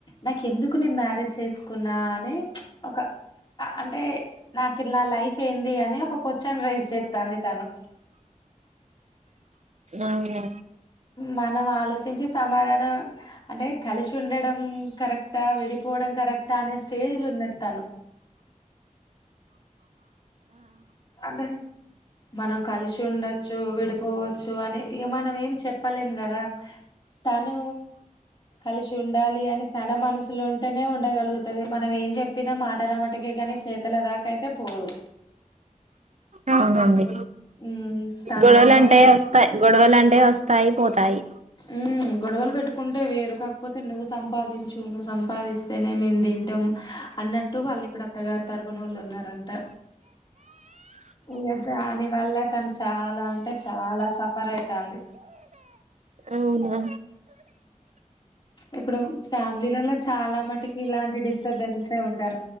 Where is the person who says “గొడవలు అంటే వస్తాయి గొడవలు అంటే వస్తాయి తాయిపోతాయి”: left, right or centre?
Right